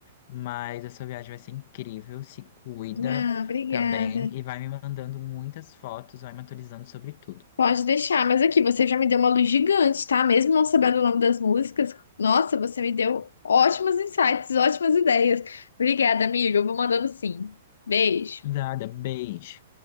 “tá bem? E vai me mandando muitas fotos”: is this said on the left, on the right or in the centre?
Left